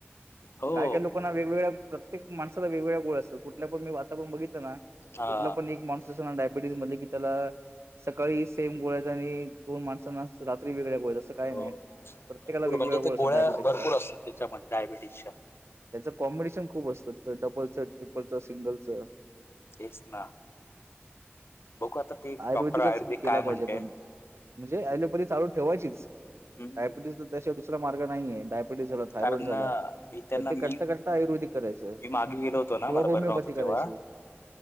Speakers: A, on the left (about 65°); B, on the right (about 80°).
A: हो
B: काय काय लोक पण वेगवेगळ्या प्रत्येक माणसाला वेगवेगळ्या गोळ्या असतात कुठल्या पण मी वातावरण बघितलं ना
A: हा
B: कुठला पण एक माणूस डायबिटीस मध्ये की त्याला सकाळी सेम गोळ्या आणि दोन माणसना तर रात वेगळ्या ग असं काही
A: हो
B: नाही. प्रत्येकाला
A: भरपूर
B: वेगवेगळ्या
A: म्हणजे ते
B: असतात
A: गोळ्या
B: डायबिटीजच्या
A: भरपूर असतात त्याच्यामध्ये डायबिटीजच्या
B: त्याचं कॉम्बिनेशन खूप असतं तर डबलचं ट्रिपलचं सिंगलचं
A: तेस ना बघू आता ते
B: आयुर्वेदिकच
A: डॉक्टर आयुर्वेदिक
B: केला
A: काय म्हणते
B: पाहिजे पण म्हणजे लिोपथ चाू ठेवायच
A: हम्म
B: डायबिटीज तर दुसरा मार्ग नाही आहे डाय डायबिटीस झाला, थायरॉईड
A: कारण
B: झाला
A: मी त्यांना मी
B: करता करता, आयुर्वेदिक करायचं
A: मी मागे गेलो होतो ना
B: होमिओपॅथिक
A: मला बरं नव्हतं
B: करायची.
A: तेव्हा